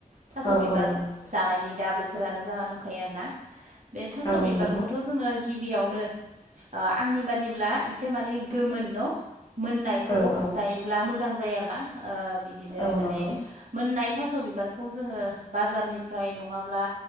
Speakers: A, on the right; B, on the left.
A: थास'
B: औ
A: बिबार
B: औ नंगौ
A: जानायनि दा बोथोरानो जाना दंखायो आरोना। बे थास'
B: औ
A: बिबारखौथ'
B: नंगौ
A: जोङो गि गिबियावनो ओ आंनि बादिब्ला एसे माने गोमोन न' मोननायखौ
B: औ औ
A: जायोब्ला मोजां जायो आरोना ओ बिदिनो
B: औ
A: माने
B: नंगौ
A: मोननाय। थास' बिबारखौ जोङो बाजारनिफ्राय नङाब्ला